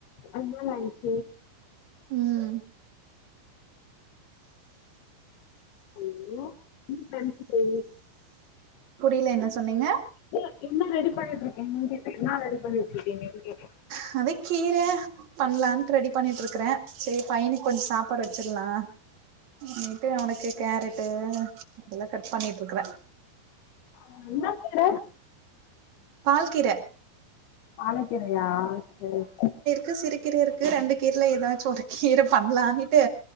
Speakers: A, on the left (about 70°); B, on the right (about 50°).
A: என்ன லஞ்ச்
B: ம்
A: ஐயோ நீ கண்ணுக்கு தே
B: புரில என்ன சொன்னீங்க
A: ஏ இன்னா ரெடி பண்ணிட்டிருகிங்கன் கேட்டே என்னா ரெடி பண்ணிட்டிருக்கிங்கன்னு கேட்டே
B: கதக்கீரே பண்லான்ட் ரெடி பண்ணிட்டு இருக்கற சேரி பையனுக்கு கொஞ்சோ சாப்பாடு வெச்சிடலா நைட்டு அவனுக்கு கேரட்டு அதெல்லா கட் பண்ணிட்டு இருக்கற
A: அது என்ன கட
B: பால் கர
A: பாலகீரையா சேரி சேரி
B: கு சிறுகீர இருக்கு ரெண்டு கீரைல ஏதாச்சு ஒரு கீர பண்ணலா இன்னிட்டு